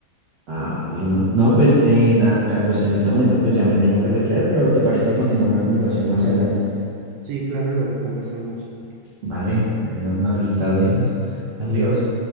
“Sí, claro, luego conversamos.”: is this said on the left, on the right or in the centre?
Right